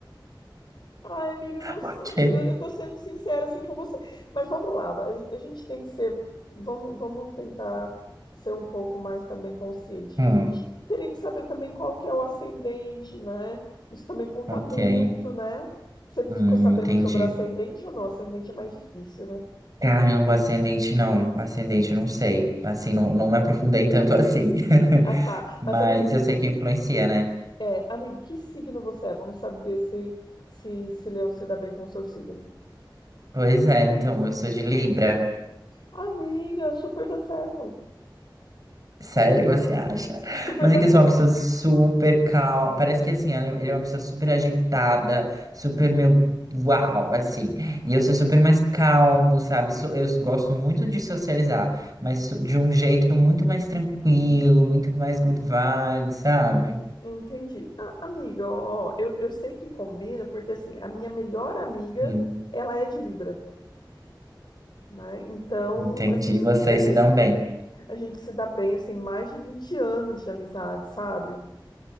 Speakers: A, on the left; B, on the right.
A: Ai, amigo, não sei.
B: Ok.
A: Eu, eu tô sendo sincera assim com você. Mas vamos lá, a, a gente tem que ser, vamos, vamos tentar ser um pouco mais também consciente.
B: Hum,
A: A gente teria que saber também qual que é o ascendente, né? Isso também conta
B: ok.
A: muito, né? Você ficou
B: Hum,
A: sabendo
B: entendi.
A: sobre o ascendente ou não? Ascendente é mais difícil, né?
B: Caramba, ascendente não, ascendente não sei, assim, não, não me aprofundei tanto assim,
A: Ah,
B: <laughs>
A: tá.
B: mas
A: Mas amigo,
B: eu sei que
A: que
B: influencia, né?
A: é, amigo, que signo você é? Vamos saber se se se Leão se dá bem com o seu signo.
B: Pois é, então, eu sou de Libra.
A: Amiga, super dá certo.
B: Sério, você acha?
A: Super
B: Mas
A: dá
B: é que
A: certo.
B: eu sou uma pessoa super calma. Parece que assim, ela- ele é uma pessoa super agitada, super meu uau, assim. E eu sou super mais calmo, sabe? Sou- Eu gosto muito de socializar, mas so- de um jeito muito mais tranquilo, muito mais good vibe, sabe?
A: Entendi. Ah, amiga, ó, ó, eu, eu sei que combina, porque assim, a minha melhor amiga,
B: Hum,
A: ela é de Libra, né? Então,
B: entendi.
A: assim,
B: Vocês
A: é-
B: se dão
A: é-
B: bem.
A: a, gente se dá bem, assim, mais de 20 anos de amizade, sabe?